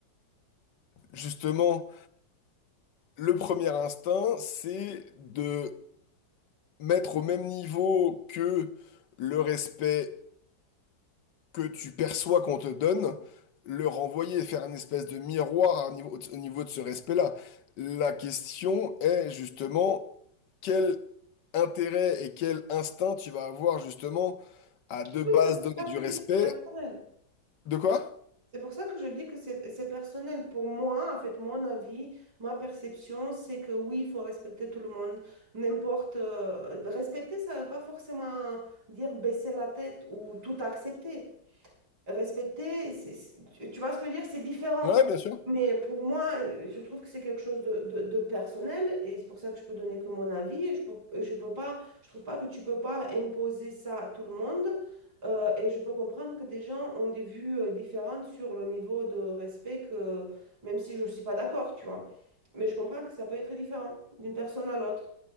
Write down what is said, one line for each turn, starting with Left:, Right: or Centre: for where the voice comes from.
Left: justement, le premier instinct, c'est de mettre au même niveau que le respect que tu perçois qu'on te donne, le renvoyer et faire un espèce de miroir à un niveau- au niveau de ce respect-là. La question est justement quel intérêt et quel instinct tu vas avoir justement à de
Right: Oui,
Left: base
Right: c'est pour
Left: donner
Right: ça que
Left: du
Right: je dis
Left: respect.
Right: que c'est personnel.
Left: De quoi?
Right: C'est pour ça que je dis que c'est c'est personnel. Pour moi, en fait, mon avis, ma perception, c'est que oui, il faut respecter tout le monde. N'importe. euh, respecter, ça ne veut pas forcément dire baisser la tête ou tout accepter respecter, c'est- c'est- tu vois ce que je veux dire? C'est différent.
Left: Ouais, bien sûr.
Right: Mais pour moi, euh, je trouve que c'est quelque chose de, de- de personnel et c'est pour ça que je peux donner que mon avis. Et je peux, je peux pas, je trouve pas que tu peux pas imposer ça à tout le monde. Euh, et je peux comprendre que des gens ont des vues euh, différentes sur le niveau de respect que, même si je suis pas d'accord, tu vois. Mais je comprends que ça peut être différent d'une personne à l'autre.